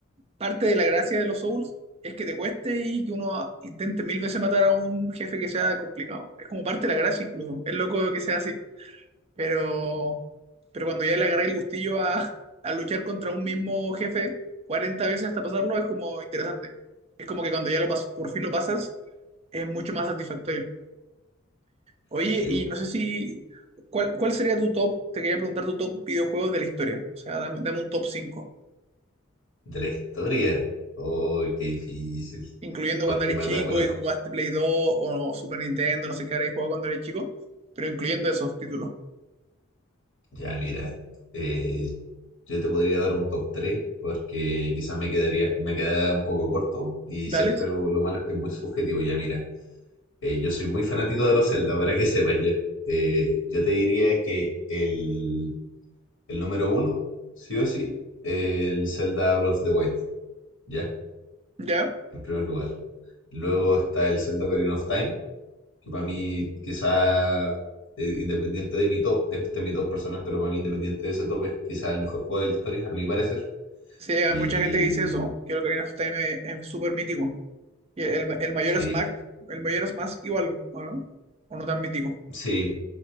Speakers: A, on the right (about 30°); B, on the left (about 80°).
A: Parte de la gracia de los Souls es que te cueste y que uno intente mil veces matar a un jefe que sea complicado. Es como parte de la gracia incluso. Es loco que sea así. Pero, pero cuando ya le agarré el gustillo a, a luchar contra un mismo jefe 40 veces hasta pasarlo, es como interesante. Es como que cuando ya lo pas- por fin lo pasas, es mucho más satisfactorio. Oye,
B: Sí,
A: y
B: po.
A: no sé si... ¿Cuál, cuál sería tu top? Te quería preguntar tu top videojuegos de la historia. O sea, dame, dame un top 5
B: De la historia. Oh, qué difícil.
A: incluyendo
B: Porque
A: cuando eres
B: en verdad,
A: chico
B: bueno,
A: y jugaste Play 2 o Super Nintendo, no sé qué habréis jugado cuando eres chico, pero incluyendo esos títulos.
B: Ya, mira, eh, yo te podría dar un top 3 porque quizás me quedaría, me queda un poco corto y
A: Dale,
B: siempre lo, lo malo es que es muy subjetivo. Ya, mira, eh, yo soy muy fanático de los Zelda, para que <laughs> sepas ya. Eh, yo te diría que el, el número uno, sí o sí, el Zelda Breath of the Wild, ya,
A: ya.
B: en primer lugar. Luego está el Zelda Ocarina of Time, que para mí quizá, eh, independiente de mi top, este es mi top personal, pero para mí independiente de ese top es quizá el mejor juego de la historia, a mi parecer.
A: Sí, hay
B: Y
A: mucha gente que dice eso, que el Ocarina of Time es, es súper mítico. Y el, el mayor
B: sí,
A: Smash, el mayor Smash igual, ¿o no? ¿O no tan mítico?
B: sí,